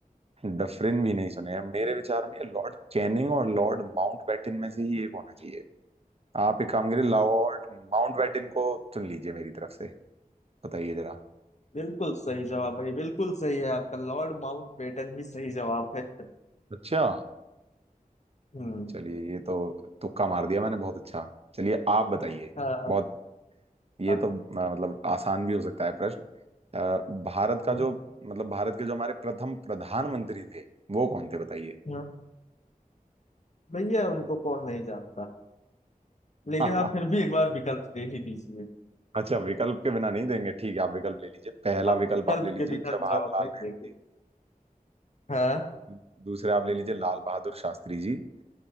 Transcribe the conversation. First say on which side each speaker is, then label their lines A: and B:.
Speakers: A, on the right; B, on the left.
A: डफरिन भी नहीं सुने हैं मेरे विचार में ये लॉर्ड कैनिंग और लॉर्ड माउंटबेटन में से ही एक होना चाहिए आप एक काम करिए
B: हाँ,
A: लॉर्ड माउंटबेटन को चुन लीजिए मेरी तरफ से बताइए जरा
B: बिल्कुल सही जवाब भाई बिल्कुल सही है आपका लॉर्ड माउंटबेटन ही सही जवाब है
A: अच्छा
B: हम्म
A: चलिए ये तो तुक्का मार दिया मैंने बहुत अच्छा चलिए आप बताइए
B: हाँ,
A: बहुत ये
B: हाँ,
A: तो आ, मतलब आसान भी हो सकता है प्रश्न आ, भारत का
B: हाँ,
A: जो मतलब भारत के जो हमारे प्रथम प्रधानमंत्री थे वो कौन थे बताइए
B: हाँ, भैया उनको कौन नहीं जानता लेकिन
A: <laughs>
B: आप फिर भी एक बार विकल्प दे ही दीजिए
A: अच्छा विकल्प के बिना नहीं देंगे ठीक है आप विकल्प ले लीजिए पहला
B: हाँ विकल्प
A: विकल्प आप ले
B: के
A: लीजिए
B: बिना
A: जवाहरलाल
B: तो जवाब नहीं
A: नेहरू
B: देंगे
A: जी
B: हाँ
A: दू- दूसरे आप ले लीजिए लाल बहादुर शास्त्री जी